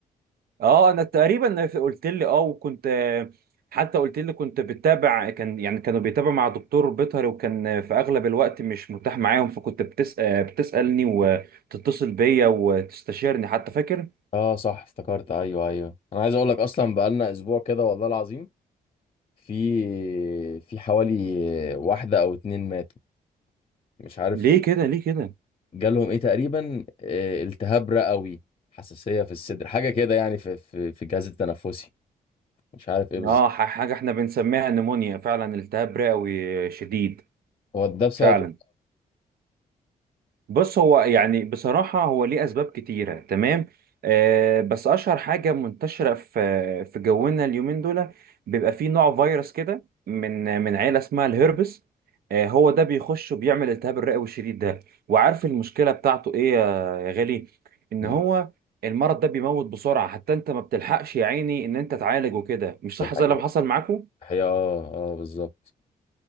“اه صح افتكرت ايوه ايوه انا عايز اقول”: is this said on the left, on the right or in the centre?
Left